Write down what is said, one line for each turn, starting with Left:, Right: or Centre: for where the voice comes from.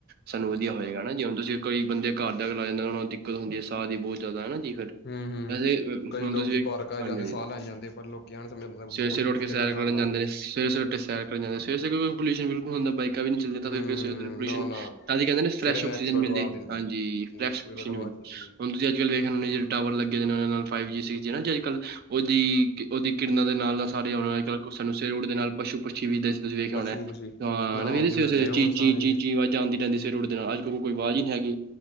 Right: ਸਾਨੂੰ ਵਧੀਆ ਹੋਏਗਾਾ ਜੇ ਹੁਣ ਤੁਸੀਂ ਕੋਈ ਬੰਦੇ ਘਰ ਦਾ ਲਾ ਜਾਂਦੇ ਦਿੱਕਤ ਹੁੰਦੀ ਹੈ ਸਾਹ ਦੀ ਬਹੁਤ ਜ਼ਿਆਦਾ ਹੈ ਜੀ ਫਿਰ
Left: ਹੂੰ ਹੂੰ
Right: ਵਸੇ
Left: ਕਈ
Right: ਹੁਣ
Left: ਲੋਕੀ
Right: ਤੁਸੀਂ
Left: ਪਾਰਕਾਂ
Right: ਹਾਂਜੀ
Left: ਜਾਂਦੇ ਸਾਹ
Right: ਹਾਂਜੀ
Left: ਲੈਣ ਜਾਂਦੇ ਪਰ ਲੋਕੀ ਐਨ ਸਮਝ
Right: ਸਵੇਰੇ
Left: ਦੋ
Right: ਸਵੇਰੇ
Left: ਤਿੰਨ
Right: ਉੱਠ
Left: ਬੂਟੇ
Right: ਕੇ ਸੈਰ
Left: ਆਪਣਾ
Right: ਕਰਨ
Left: ਘਰ ਲਾ
Right: ਜਾਂਦੇ
Left: ਲਏ
Right: ਨੇ ਸਵੇਰੇ ਸਵੇਰੇ ਉੱਠ ਕੇ ਸੈਰ ਕਰਨ ਜਾਂਦੇ ਸਵੇਰ ਸਵੇਰੇ ਪ੍ਰਦੂਸ਼ਨ ਬਿਲਕੁਲ ਹੁੰਦਾ ਤਾਂ
Left: ਹੂੰ ਨਾ ਨਾ
Right: ਕਹਿੰਦੇ ਫਰੈਸ਼
Left: ਸਵੇਰੇ ਨੈਚੁਰਲ
Right: ਆਕਸੀਜਨ ਮਿਲੇ
Left: ਹਵਾ
Right: ਹਾਂਜੀ ਫਰੈਸ਼ਕਸੀਜਨ
Left: ਨੈਚੁਰਲ ਹਵਾ
Right: ਮਿਲ
Left: ਚੱਲਦੀ ਹੈ
Right: ਹੁਣ ਸੀਜ ਕੱਲ ਵੇਖਦੇ ਜਿਹੜੇ ਟਾਵਰ ਲੱਗੇ ਨੇ ਉਹ ਨਾਲ ਫਾਈਵ ਜੀ ਸਿਕਸ ਜੀ ਨਾ ਜ ਅੱਜ ਕੱਲ ਉਹਦੀ ਉਹਦੀ ਕਿਰਨਾਂ ਦੇ ਨਾਲ ਸਾਰੇ ਅੱ ਕ ਸਾਨੂੰ ਸੂਟ ਦੇ ਨਾਲ ਪਸ਼ੂ ਪੱਛੀ ਵੀਦੇ ਸੀ ਤੁਸੀਂ ਵੇਖਿਆ
Left: ਪਸ਼ੂ
Right: ਹੋਣਾ
Left: ਪਸ਼ੀ
Right: ਹਾਂ
Left: ਨਾ
Right: ਵੀਖ
Left: ਹੁਣ ਨੀ
Right: ਸ
Left: ਮਿਲਦੇ
Right: ਸਵੇ
Left: ਹੁਣ
Right: ਚੀ
Left: ਸਾਰੇ
Right: ਚੀ ਚੀਚੀ ਅਵਾਜਾ ਆਦੀ ਰਹਿਦੀ ਸੀ ਸਵੇਰੇ ਉੱਠਦੇ ਨਾਲ ਉਹ ਕੋਈ ਆਵਾਜ਼ ਨਹੀਂ ਹੈਗੀ